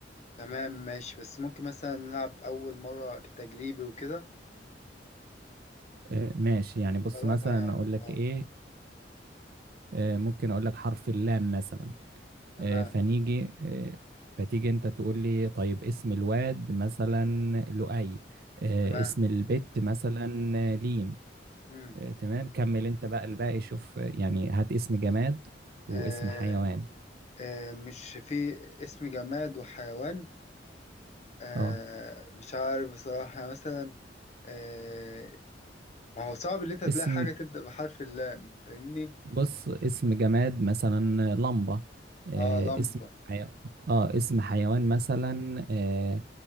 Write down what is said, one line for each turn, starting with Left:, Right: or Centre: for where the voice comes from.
Left: تمام ماشي بس ممكن مثلا نلعب اول مرة كتجريبي وكده
Right: آه، ماشي يعني بص
Left: جربها
Right: مثلا
Left: يعني
Right: اقول لك
Left: اه
Right: ايه آه، ممكن اقول لك حرف اللام مثلا
Left: تمام
Right: آه، فنيجي آه، فتيجي انت تقول لي طيب اسم الواد مثلا لؤي آه،
Left: تمام
Right: اسم البت مثلا آه، لين
Left: امم
Right: آه، تمام كمل انت بقى الباقي شوف آه، يعني هات اسم جماد واسم
Left: آه
Right: حيوان
Left: آه مش في اسم جماد وحيوان آه
Right: اه
Left: مش عارف بصراحة مثلا آه ما هو صعب ان انت تلاقي
Right: اسم
Left: حاجة تبدأ بحرف اللام فاهمني
Right: بص اسم جماد مثلا لمبة آه،
Left: اه لمبة
Right: اسم حي... اه اسم حيوان مثلا آه،